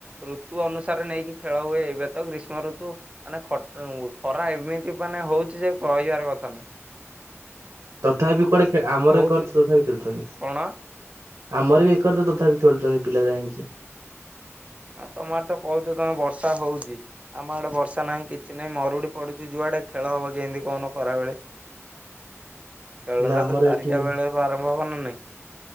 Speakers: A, on the right; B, on the right.
A: ଋତୁ ଅନୁସାରେ ନେଇକି ଖେଳ ହୁଏ। ଏବେ ତ ଗ୍ରୀଷ୍ମ ଋତୁ ମାନେ ଖଟ <unintelligible> ଖରା ଏମିତି ମାନେ ହଉଚି ଯେ କହିବାର କଥା ନାହିଁ।
B: ତଥାପି କୁଆଡେ ଆମର
A: ବହୁତ
B: ଏକରେ ତଥାପି ଖେଳୁଛନ୍ତି।
A: କଣ
B: ଆମର ବି ଏକରେ ତ ତଥାପି ଖେଳୁଛନ୍ତି ପିଲା ଯାଇଁକି।
A: ଆଉ ତମ ଆଡେ ତ କହୁଚ ତମ ବର୍ଷା ହଉଚି। ଆମ ଆଡେ ବର୍ଷା ନାହିଁ କିଛି ନାହିଁ ମରୁଡି ପଡୁଚି ଯୁଆଡେ ଖେଳ ହବ କେମିତି କହୁନ ଖରା ବେଳେ। ଖେଳ
B: କିନ୍ତୁ
A: ଟା
B: ଆମର
A: ତ ଚାରିଟା
B: ଏଠି
A: ବେଳ କୁ ଆରମ୍ଭ ହବ ନା ନାଇଁ।